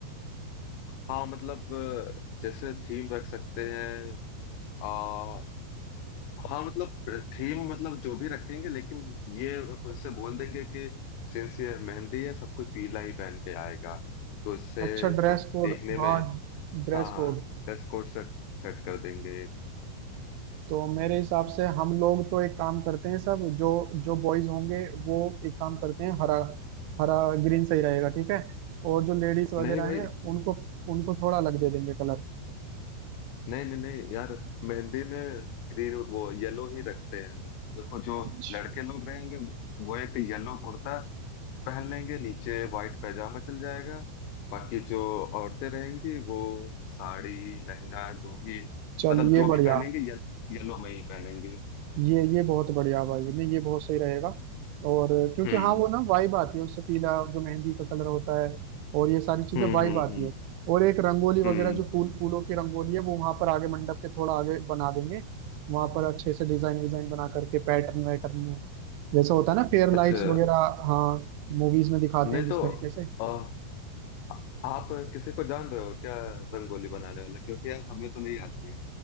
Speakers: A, on the left; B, on the right.
A: हाँ मतलब अ, जैसे थीम रख सकते हैं आ, हाँ मतलब थीम मतलब जो भी रखेंगे लेकिन ये उनसे बोल देंगे कि सिंस ये मेहंदी है सब कोई पीला ही पहन के आएगा तो इससे
B: अच्छा ड्रेस
A: सब
B: कोड
A: देखने
B: हाँ
A: में
B: ड्रेस
A: हाँ हाँ
B: कोड
A: ड्रेस कोड सेट सेट कर देंगे
B: तो मेरे हिसाब से हम लोग तो एक काम करते हैं सब जो जो बॉयज होंगे वो एक काम करते हैं हरा हरा ग्रीन सही रहेगा ठीक है और जो लेडीज वगैरह
A: नहीं भाई
B: हैं उनको उनको थोड़ा अलग दे देंगे कलर
A: नहीं नहीं नहीं यार मेहंदी में ग्रीन वो येलो ही रखते हैं देखो जो
B: अच्छा
A: लड़के लोग रहेंगे वो एक येलो कुर्ता पहन लेंगे नीचे व्हाइट पैजामा चल जाएगा बाकी जो औरतें रहेंगी वो साड़ी लहंगा जो भी
B: चल
A: मतलब
B: ये
A: जो
B: बढ़िया
A: भी पहनेंगे ये, येलो में ही पहनेंगे
B: ये ये बहुत बढ़िया भाई नहीं ये बहुत सही रहेगा और क्योंकि
A: हम्म
B: हाँ वो ना वाइब आती है उससे पीला जो मेहंदी का कलर होता है और ये सारी चीजें
A: हम्म
B: वाइब
A: हम्म
B: आती
A: हम्म
B: है और एक रंगोली वगैरह
A: हम्म।
B: जो फूल फूलों की रंगोली है वो वहां पर आगे मंडप के थोड़ा आगे बना देंगे वहां पर अच्छे से डिजाइन विजाइन बना करके पैटर्न वैटर्न में जैसा होता है ना फेयर
A: अच्छा
B: लाइट्स वगैरह हाँ मूवीज में दिखाते
A: नहीं
B: हैं जिस
A: तो
B: तरीके से
A: अ, आ, आप किसी को जान रहे हो क्या रंगोली बनाने वाला क्योंकि यार हमें तो नहीं आती है